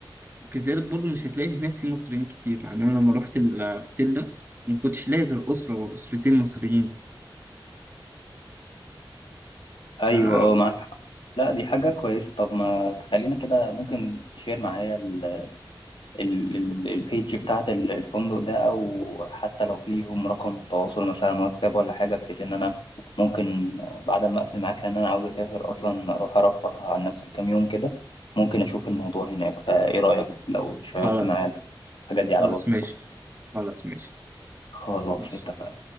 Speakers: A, on the right; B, on the left.
A: وكذلك برضو مش هتلاقي هناك في مصريين كتير يعني أنا لما روحت الأوتيل ده ما كنتش لاقي غير أسرة وأسرتين مصريين
B: أيوة
A: آه
B: اه معاك حق لا دي حاجة كويسة طب ما تخلينا كده ممكن تشير معايا ال- ال- البيج بتاعت ال- الفندق ده او حتى لو في ليهم رقم تواصل مثلا واتساب ولا حاجه بحيث ان انا ممكن بعد ما اقفل معاك لان انا عاوز اسافر اصلا اروح ارفه عن نفسي كام يوم كده ممكن اشوف الموضوع هناك فايه رايك لو شيرت
A: خلاص
B: معايا الحاجات دي على
A: خلاص
B: الواتساب
A: ماشي خلاص ماشي
B: خلاص
A: ماشي
B: اتفقنا